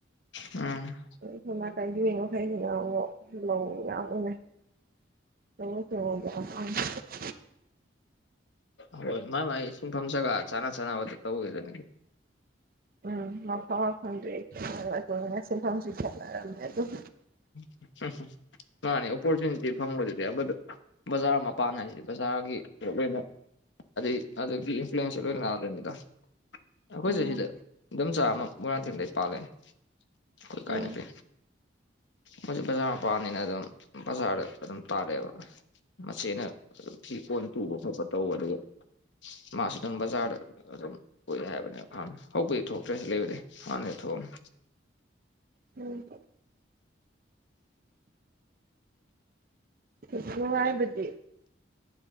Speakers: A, on the left (about 75°); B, on the right (about 50°).
A: ꯎꯝ
B: ꯁꯣꯝ ꯅꯥꯀꯟꯒꯤ ꯃꯤ ꯃꯈꯩꯁꯤꯅ ꯑꯃꯨꯛ ꯂꯧ ꯌꯥꯝ ꯎꯅꯩ ꯂꯧꯎ ꯁꯤꯡꯎꯗ ꯌꯥꯝ <unintelligible>
A: ꯍꯣꯏ ꯃꯥꯏ ꯃꯥꯏ ꯁꯤꯡꯐꯝ ꯖꯒ ꯆꯥꯅ ꯆꯥꯅꯕꯗ ꯇꯧꯋꯦꯗꯨꯅꯤ
B: ꯎꯝ ꯃꯐꯝ ꯃꯐꯝꯗꯨꯢ ꯃꯇꯨꯡꯢꯟꯅ ꯁꯤꯟꯐꯝꯁꯨ ꯈꯦꯠꯅꯔꯝꯅꯤ ꯑꯗꯨꯝ
A: <unintelligible> ꯃꯥꯅꯤ ꯑꯣꯄꯣꯔꯆꯨꯅꯤꯇꯤ ꯐꯪꯕꯗꯨꯗꯤ ꯑꯃꯗ ꯕꯖꯥꯔ ꯃꯄꯥꯟ ꯍꯥꯏꯁꯤꯗꯤ ꯕꯖꯥꯔꯒꯤꯗ ꯂꯣꯢꯅ ꯑꯗ ꯑꯗꯨꯗꯒꯤ ꯏꯟꯐ꯭ꯂꯨꯌꯦꯟꯁꯁꯨ ꯂꯣꯏꯟ ꯂꯥꯛꯑꯗꯣꯢꯅꯤꯗ ꯑꯩꯈꯣꯏꯁꯨ
B: ꯎꯝ
A: ꯁꯤꯗ ꯏꯟꯗꯣꯝꯆꯥ ꯑꯃ ꯃꯣꯏꯔꯥꯡꯊꯦꯝꯗꯩ ꯄꯥꯜꯂꯛꯑꯦ ꯑꯈꯣꯏ
B: ꯎꯝ
A: ꯀꯥꯏ ꯅꯨꯄꯤ ꯃꯣꯢꯁꯨ ꯕꯖꯥꯔ ꯃꯄꯥꯟꯅꯤꯅ ꯑꯗꯨꯝ ꯕꯖꯥꯔꯗ ꯑꯗꯨꯝ ꯇꯥꯔꯛꯑꯦꯕ ꯃꯆꯦꯅ ꯐꯤ ꯀꯣꯟ ꯇꯨꯕ ꯈꯣꯠꯄ ꯇꯧꯕ ꯑꯗꯨꯒ ꯃꯥꯁꯨ ꯑꯗꯨꯝ ꯕꯖꯥꯔꯗ ꯑꯗꯨꯝ <unintelligible> ꯍꯥꯏꯕꯅꯦꯕ ꯍꯥꯟꯅ ꯍꯧꯄꯨꯗꯤ ꯊꯣꯛꯇ꯭ꯔꯦ ꯌꯨꯝ ꯂꯩꯕꯗꯩ ꯍꯥꯟꯅꯗꯤ ꯊꯣꯛꯑꯝꯃꯤ
B: ꯎꯝ <unintelligible> ꯅꯨꯉꯥꯏꯕꯗꯤ